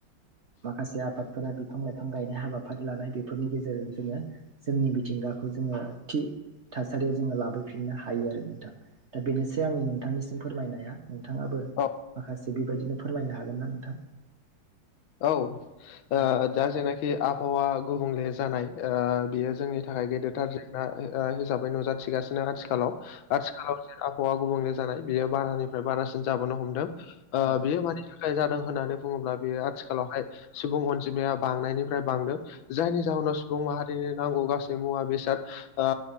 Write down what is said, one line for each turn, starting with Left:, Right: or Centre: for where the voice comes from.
Right: माखासे आफादफोरा बिफां लाइफां गायनाय हाबाफारि लानाय बेफोरनि गेजेरजों जोङो। जोंनि मिथिंगाखौ जोङो थि थासारियाव जोङो लाबोफिननो हायो आरो नोंथां दा बेनोसै आंनि नोंथांनिसिम फोरमायनाया नोंथाङाबो
Left: औ
Right: माखासे बेबायदिनो फोरमायनो हागोनना नोंथां?
Left: औ ओ
Right: औ
Left: दा जेनाखि आबहावा। गुबुंले जानाय ओ बियो जोंनि थाखाय गेदेरथार जेंना ओ हिसाबै नुजाथिगासिनो आथिखालाव आथिखालाव जे आबहावा गुबुंले जानाय बियो बारानिफ्राय बारासिन जाबोनो हमदों ओ
Right: औ
Left: बेयो मानि थाखाय जादों होननानै बुङोब्ला बियो आथिखालावहाय सुबुं अनजिमाया बांनायनिफ्राय बांदों जायनि जाहोनाव सुबुं माहारिनि नांगौ गासै मुवा बेसाद ओ